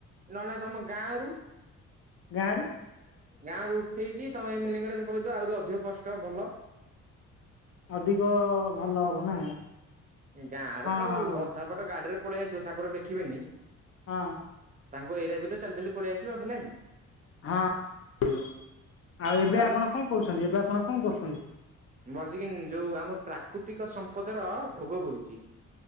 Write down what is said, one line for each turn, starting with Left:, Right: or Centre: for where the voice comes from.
Right: ନନା ତମ ଗାଁ ରୁ?
Left: ଗାଁ ରୁ
Right: ଗାଁ ରୁ ଉଠେଇକି ତମେ ଲିଙ୍ଗରାଜ <unintelligible> ଆହୁରି ଅଧିକ କଷ୍ଟ ଭଲ।
Left: ଅଧିକ ଭଲ ହବ ନା।
Right: ଗାଁ
Left: ହଁ
Right: ରେ ତ ଆଉ
Left: ହଁ
Right: ଅଧପଟ ଗାଡିରେ ପଳେଇ ଆସିବେ ଠାକୁର ଦେଖିବେନି।
Left: ହଁ
Right: ତାଙ୍କ ଏରିଆ ଭିତରେ ଚାଲି ଚାଲି ପଳେଇ ଆସିବ, ହେଲାଣି?
Left: ହଁ <unintelligible> ଆଉ ଏବେ
Right: ତାହେଲେ
Left: ଆପଣ କଣ କରୁଛନ୍ତି ଏବେ ଆପଣ କଣ କରୁସନ୍ତି?
Right: ବସିକି ଯୋଉ ଆମ ପ୍ରାକୃତିକ ସମ୍ପଦର ଭୋଗ କରୁଛି।